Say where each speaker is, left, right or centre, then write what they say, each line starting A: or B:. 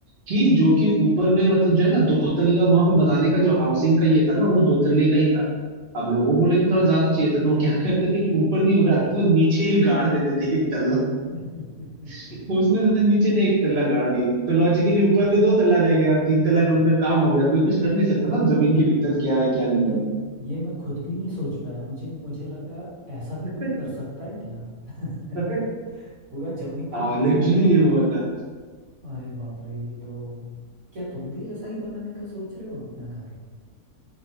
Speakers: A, on the right; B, on the right.
A: कि जो कि ऊपर में मतलब जो है ना दो तल्ला वहां पे बनाने का जो हाउसिंग का ये था ना वो दो तल्ले का ही था
B: हाँ
A: अब
B: हाँ
A: लोगों को लेकिन थोड़ा ज्यादा चाहिए था तो वो क्या <laughs> करते थे कि ऊपर नहीं उठाते थे वो नीचे ही गाड़ देते थे एक तल्ला
B: <laughs>
A: <laughs> उसने तो नीचे ने एक तल्ला गाड़ दिया तो लॉजिकली ऊपर में दो तल्ला रह गया और तीन तल्ला का उनका काम हो गया कोई कुछ कर नहीं सकता ना जमीन के भीतर क्या है क्या नहीं
B: ये ये मैं खुद भी नहीं सोच पाया मुझे मुझे लगा ऐसा भी
A: भाई
B: कोई कर सकता है क्या <laughs>
A: <laughs>
B: पूरा जमीन
A: हाँ
B: के नीचे
A: लिटरली
B: ही आपने
A: ये हुआ था
B: अरे बाप रे ये तो क्या तुम भी ऐसा ही बनाने का सोच रहे हो अपना घर